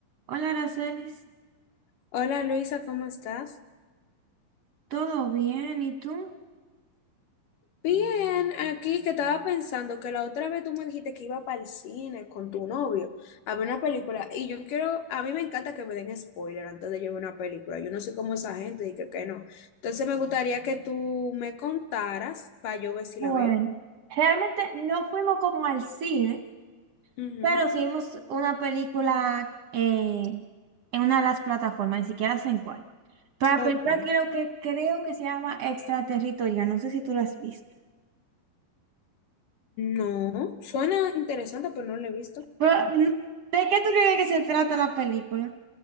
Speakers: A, on the right; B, on the left.
A: Hola, Aracelis,
B: Hola Luisa, ¿cómo estás?
A: ¿todo bien? ¿Y tú?
B: Bien, aquí que estaba pensando que la otra vez tú me dijiste que iba para el cine con tu novio a ver una película y yo quiero, a mí me encanta que me den spoiler antes de yo ver una película, yo no sé cómo esa gente y que, que no. Entonces me gustaría que tú me contaras para yo ver si
A: Bueno,
B: la veo.
A: realmente no fuimos como al cine,
B: Ujú,
A: pero sí vimos una película eh, en una de las plataformas, ni siquiera sé en cuál. Pero la
B: Ok.
A: película creo que, creo que se llama Extraterritorial, no sé si tú la has visto.
B: No, suena interesante, pero no la he visto.
A: Pero, n- ¿de qué tú crees que se trata la película?